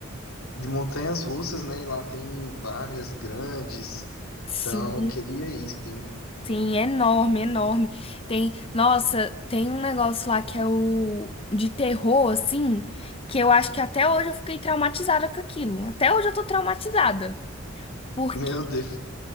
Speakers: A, on the left; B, on the left.
A: de montanhas russas, né? E lá tem várias grandes.
B: Sim.
A: Então, eu queria ir, sim.
B: Sim, é enorme, enorme. Tem, nossa, tem um negócio lá que é o de terror, assim, que eu acho que até hoje eu fiquei traumatizada com aquilo. Até hoje eu tô traumatizada. Porque,
A: Meu Deus,